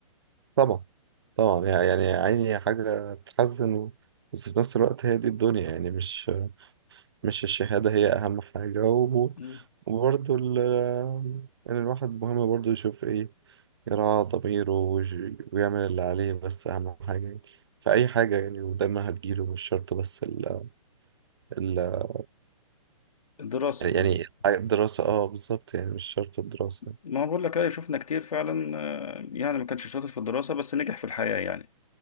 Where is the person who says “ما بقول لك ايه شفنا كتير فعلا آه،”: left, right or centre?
Left